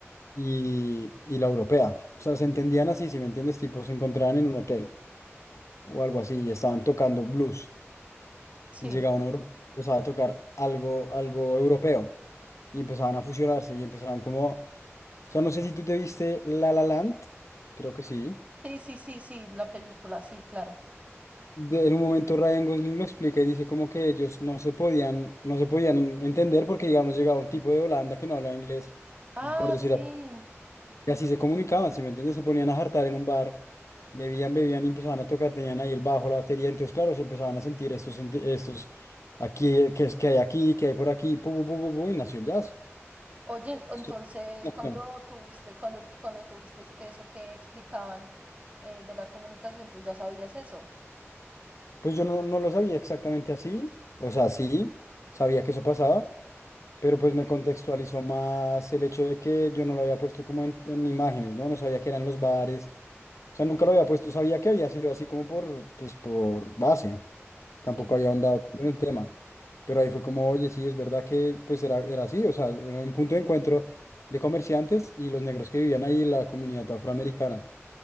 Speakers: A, on the left; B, on the right.
A: y, y la europea. O sea, se entendían así, si me entiendes, tipo, se encontraban en un hotel o algo así y estaban tocando blues.
B: Sí.
A: Llegaba un europeo, empezaba a tocar algo, algo europeo y empezaban a fusionarse y empezaban como O sea, no sé si tú te viste La La Land, creo que sí.
B: Sí, sí, sí, sí, la película, sí, claro.
A: De- en un momento Ryan Gosling lo explica y dice como que ellos no se podían, no se podían entender porque, digamos, llegaba un tipo de Holanda que no hablaba inglés,
B: Ah,
A: por decir
B: sí.
A: así, y así se comunicaban, si me entiendes? Se ponían a jartar en un bar, bebían, bebían y empezaban a tocar, tenían ahí el bajo, la batería, entonces, claro, se empezaban a sentir estos, senti- estos, aquí, que es que hay aquí, que hay por aquí, pu, pu, pu, pu, pu, y nació el jazz.
B: Oye, entonces,
A: Esto- <laughs>
B: cuando tuviste, cuando, cuando tuviste eso que explicaban eh, de la comunicación, ¿tú ya sabías eso?
A: Pues yo no, no lo sabía exactamente así, o sea, sí, sabía que eso pasaba Pero pues me contextualizó más el hecho de que yo no lo había puesto como en, en imágenes, ¿no? No sabía que eran los bares. O sea, nunca lo había puesto, sabía que había sido así como por, pues, por base. Tampoco
B: Sí.
A: había ahondado tanto en el tema. Pero ahí fue como, oye, sí, es verdad que pues era, era así, o sea, era un punto de encuentro de comerciantes y los negros que vivían ahí en la comunidad afroamericana.